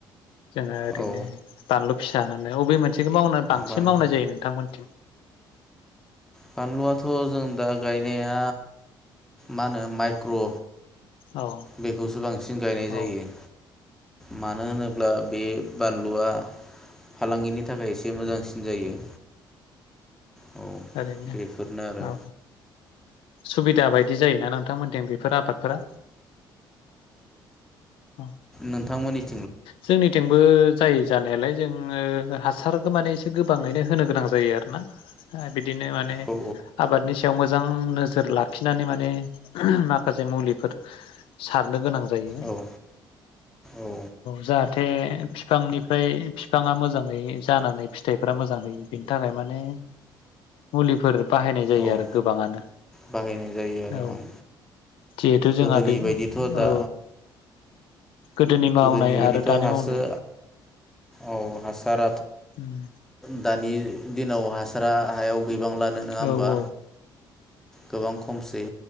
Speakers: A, on the left; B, in the centre.
A: जों ओैनो
B: औ
A: बानलु। फिसा होनायाव बे मोनसे। <unintelligible> मावनानै बांसिन
B: बानलु
A: मावनाय जायो नोंथांमोनथिं।
B: बानलुआथ' जों दा गायनाया मा होनो माइक्र'।
A: औ
B: बेखौसो बांसिन गायनाय
A: औ
B: जायो। मानो होनोब्ला बे बानलुआ फालांगिनि थाखाय एसे। मोजांसिन जायो। औ
A: थारैनो
B: बेफोरनो आरो
A: औ। सुबिदा बाय। दि जायोना नोंथांमोनथिं बेफोर आबादफोरा। औ
B: नोंथांमोननि।
A: जोंनिथिंबो। जायो जानायालाय जोङो हासारखौ माने एसे गोबाङैनो होनो गोनां जायो आरोना। बिदिनो माने
B: औ
A: आबादनि सायाव मो जां नोजोर लाखिनानै माने माखासे मुलिफोर सारनो गोनां। जायो।
B: औ औ
A: जाहाथे फिफांनिफ्राय फिफाङा मोजाङै जानानै फिथाइफ्रा मोजाङै बिनि थाखाय माने मुलिफोर। बाहायनाय जायो
B: औ
A: आरो गोबाङानो
B: बाहायनाय जायो आरो
A: औ
B: आं
A: जिहेथु जोंहा
B: गोदोनि
A: बे
B: बायदिथ' दा
A: औ। गोदोनि
B: बेबादिथ'
A: आरो दानि
B: हासो
A: मावनाय
B: औ हासार
A: ओम
B: दानि दिनाव हासारा हायाव बिबां लानो नङा
A: औ
B: होमबा।
A: औ
B: गोबां खमसै।